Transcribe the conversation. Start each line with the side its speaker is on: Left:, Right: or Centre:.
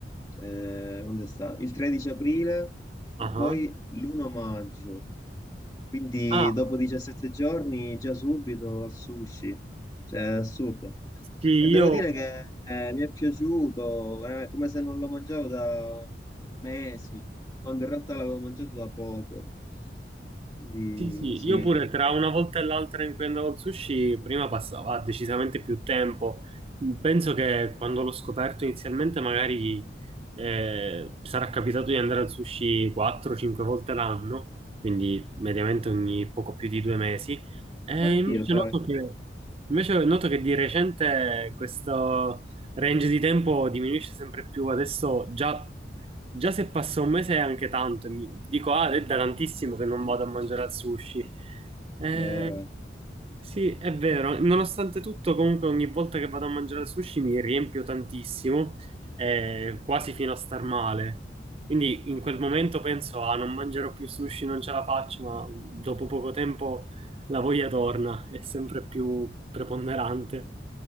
Left: eh, quando è stato? Il 13 aprile e
Right: aha.
Left: poi l'1 maggio. Quindi
Right: Ah,
Left: dopo 17 giorni già subito al sushi, cioè è assurdo.
Right: sì, io,
Left: E devo dire che eh, mi è piaciuto, veramente, come se non lo mangiavo da mesi, quando in realtà l'avevo mangiato da poco. Quindi
Right: sì, sì,
Left: sì,
Right: io pure tra una volta e l'altra in cui andavo al sushi, prima passava decisamente più tempo. Penso che quando l'ho scoperto inizialmente magari Eh, sarà capitato di andare al sushi 4-5 volte l'anno, quindi mediamente ogni poco più di due mesi. E
Left: ma anch'io,
Right: invece
Left: sai,
Right: noto che, invece noto che di recente questo range di tempo diminuisce sempre più. Adesso già, già se passa un mese è anche tanto. e Mi dico, ah, è da tantissimo che non vado a mangiare al sushi. Eh,
Left: vero.
Right: sì, è vero. Nonostante tutto, comunque ogni volta che vado a mangiare al sushi mi riempio tantissimo eh, quasi fino a star male. Quindi in quel momento penso, ah, non mangerò più sushi, non ce la faccio, ma dopo poco tempo la voglia torna, è sempre più preponderante.